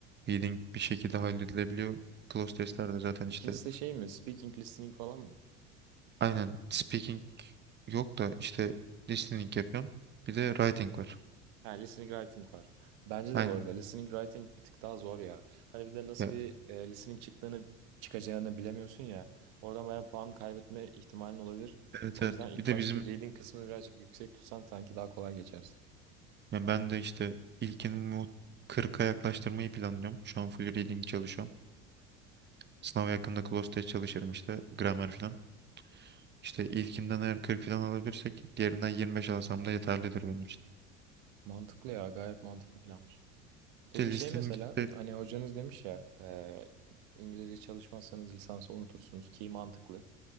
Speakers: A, on the right; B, on the right.
A: Reading bir şekilde halledilebiliyor. Close testlerde zaten işte
B: İkincisi de şey mi? Speaking, listening falan mı?
A: aynen speaking yok da işte listening yapıyorum. Bir de writing var.
B: Ha, listening writing var. Bence
A: Aynen.
B: de bu arada listening writing bir tık daha zor ya. Hani bir de nasıl
A: Ya,
B: bir e, listening çıktığını çıkacağını bilemiyorsun ya. Oradan bayağı puan kaybetme ihtimalin olabilir.
A: evet
B: O
A: evet.
B: yüzden ilk
A: Bir de
B: baştaki
A: bizim
B: reading kısmını birazcık yüksek tutsan sanki daha kolay geçersin.
A: ya ben de işte ilkini bu 40'a yaklaştırmayı planlıyorum. Şu an full reading çalışıyorum. Sınava yakında close test çalışırım işte Grammar falan. İşte ilkinden eğer 40 falan alabilirsek diğerinden 25 alsam da yeterlidir benim için.
B: Mantıklı ya, gayet mantıklı planmış. Peki
A: De listening
B: şey mesela
A: işte
B: hani hocanız demiş ya e, İngilizce çalışmazsanız lisansı unutursunuz ki mantıklı.